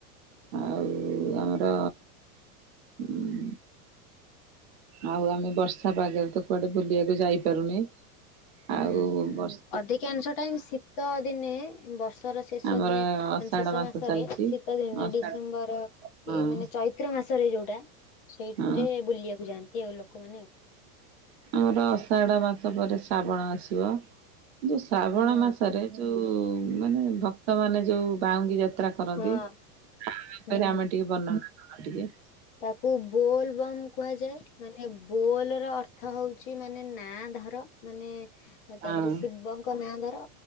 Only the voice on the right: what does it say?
ଆଉ ଆମର ଉଁ ଆଉ ଆମେ ବର୍ଷା ପାଗରେ ତ କୁଆଡେ ବୁଲିବାକୁ ଯାଇପାରୁନେ?
ଆଉ ବର୍ଷ
ଆମର
ଆଷାଢ
ମାସ
ଚାଲିଛି
ଆଷାଢ
ହଁ
ହଁ
ଆମର ଅଷାଢ ମାସ ପରେ ଶ୍ରାବଣ ଆସିବ। ଯୋଉ ଶ୍ରାବଣ
ମାସରେ, ଯୋଉ ମାନେ ଭକ୍ତ ମାନେ ଯୋଉ ବାଉଙ୍ଗୀ ଯାତ ଯାତ୍ରା କରନ୍ତି,
ତା ଉପରେ
ଆମେ ଟିକେ ବର୍ଣ୍ଣନା କଲେ ଟିକେ
ହଁ